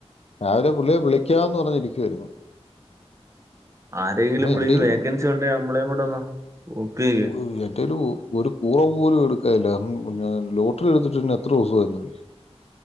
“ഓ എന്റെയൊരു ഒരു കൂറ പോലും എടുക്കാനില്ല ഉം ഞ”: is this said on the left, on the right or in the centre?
Left